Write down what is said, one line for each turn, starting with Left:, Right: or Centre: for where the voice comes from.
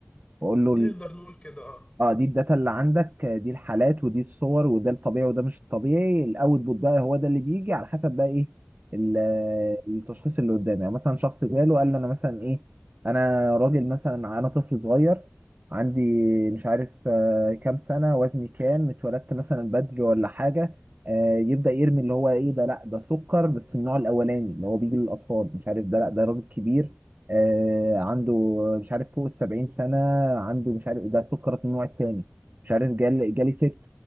Right: واقول له
Left: نقدر نقول كده اه
Right: اه دي الداتا اللي عندك آه، دي الحالات ودي الصور وده الطبيعي وده مش الطبيعي الاوتبوت بقى هو ده اللي بيجي على حسب بقى ايه ال- آه، التشخيص اللي قدامي يعني مثلا شخص جاله قال له انا مثلا ايه انا راجل مثلا انا طفل صغير عندي مش عارف آه، كام سنة وزني كام اتولدت مثلا بدري ولا حاجة آه، يبدأ يرمي اللي هو ايه ده لا ده سكر بس النوع الاولاني اللي هو بيجي للاطفال مش عارف ده لا ده راجل كبير آه عنده مش عارف فوق السبعين سنة عنده مش عارف ده سكر النوع التاني مش عارف جالي جالي ست